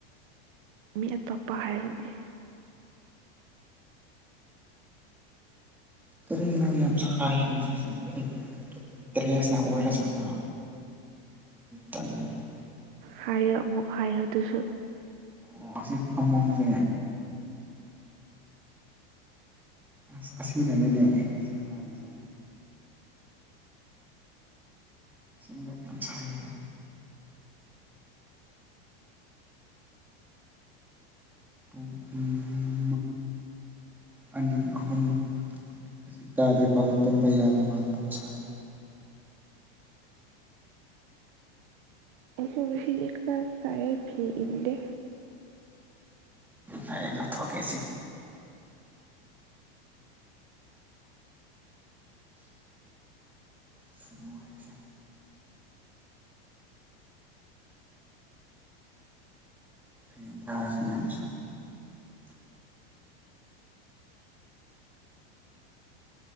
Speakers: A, on the right (about 55°); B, in the centre.
A: ꯃꯤ ꯑꯇꯣꯞꯄ ꯍꯥꯏꯕꯅꯤ꯫
B: ꯀꯔꯤꯒꯤꯅꯣ ꯌꯥꯝ ꯁꯥꯏ ꯉꯁꯤꯁꯦ ꯑꯩ ꯇ꯭ꯔꯦꯁꯅ ꯑꯣꯏꯔꯖꯥꯠꯂꯥ꯫ ꯇꯜꯂꯤ ꯍꯦ꯫
A: ꯍꯥꯏꯌꯦ ꯑꯃꯨꯛ ꯍꯥꯏꯌꯦ ꯑꯗꯨꯁꯨ꯫
B: ꯑꯣ ꯑꯁꯤ ꯐꯃꯨꯡꯁꯦ ꯑꯁ ꯑꯁꯤꯅꯅꯤꯅꯦ ꯁꯥꯔꯤꯁꯦ꯫ ꯑꯁꯦꯡꯕ ꯌꯥꯝ ꯁꯥꯏꯌꯦ꯫ ꯎꯝ ꯑꯅꯤ ꯑꯍꯨꯝ ꯑꯁꯤ ꯇꯥꯗ꯭ꯔꯤ ꯐꯥꯎꯗ ꯇꯨꯝꯕ ꯌꯥꯗꯕ ꯃꯥꯗ ꯁꯥꯏ
A: ꯑꯩꯁꯨ ꯉꯥꯁꯤꯗꯤ ꯈꯔꯥ ꯁꯥꯏꯦ ꯐꯤ ꯏꯟꯂꯦ
B: ꯐꯥꯏꯅꯊꯒꯦꯁꯤ ꯈꯔ ꯅꯨꯡꯉꯥꯏꯔꯁꯦ <unintelligible>